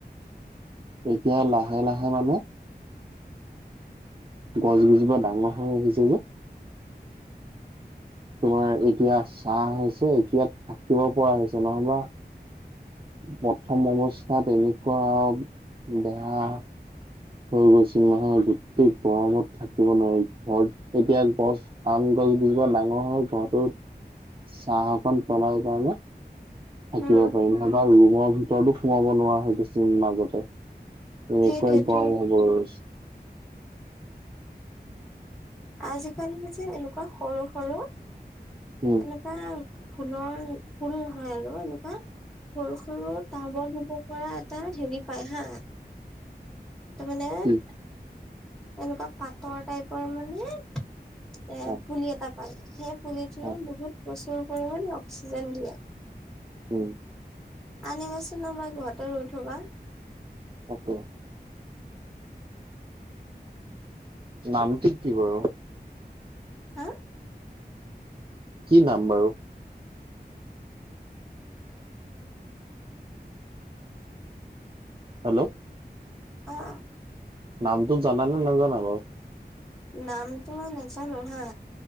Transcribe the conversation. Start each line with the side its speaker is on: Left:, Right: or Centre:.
Right: এতিয়া লাহে লাহে মানে গছ গজোপা ডাঙৰ হৈ আহিছে যে তোমাৰ এতিয়া চাহ হৈছে এতিয়া থাকিব পৰা হৈছে নহ'বা প্ৰথম অৱস্থাত এনেকুৱা বেয়া হৈ গৈছিল মাহৰ গোটেই গৰমত থাকিব নোৱাৰি ঘৰত এতিয়া গছ পা গছ গছবোৰ ডাঙৰ হয় ঘৰৰতত চাহ অ'কণ পলাই কাৰণে থাকিব
Centre: উম
Right: পাৰিম নহবা ৰুমৰ ভিতৰতো সোমাব নোৱাৰা হয় কিছু মাজতে
Centre: সেইটোৱেতো
Right: একেই গৰম হ'ব ধৰিছে।
Centre: আজিকালি যে এনেকুৱা সৰু সৰু
Right: উম
Centre: এনেকুৱা ফুলৰ ফুল হয় আৰু এনেকোৱা সৰু সৰু টাবত ল'ব পৰা এটা হেৰি পায় হা। এইটো মানে
Right: কি
Centre: এনেকুৱা পাত তৰ টাইপৰ মানে এ,
Right: অ
Centre: পুলি এটা পায়, সেই পুলিটোৱে
Right: অ
Centre: বহুত প্ৰচুৰ পৰিমাণে অক্সিজেন দিয়ে।
Right: উম।
Centre: আনিবচোন আমাৰ ঘৰৰতে উঠবা।
Right: অকে। নামটো কি বাৰু?
Centre: হা?
Right: কি নাম বাৰু? হেল্ল'।
Centre: অ', অ'।
Right: নামটো জানানে নাজানা বাৰু?
Centre: নামটো মই নাজানো হা।